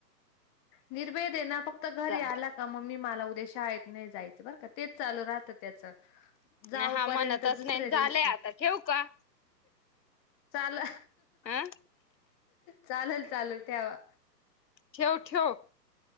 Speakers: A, on the left; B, on the left.
A: निर्वेद आहे ना फक्त घरी
B: जा
A: आला का मम्मी मला उद्या <inaudible> शा <inaudible> आहेतेत नाही जायचं बर का. तेच चालू राहत त्याच. जाऊ
B: नाही हा
A: पर्यंत
B: म्हणतच
A: दुसऱ्या
B: नाही झालंय
A: दिवशी.
B: आता ठेवू का?
A: चाल..
B: अं
A: चालेल, चालेल ठेवा.
B: ठेवठेव.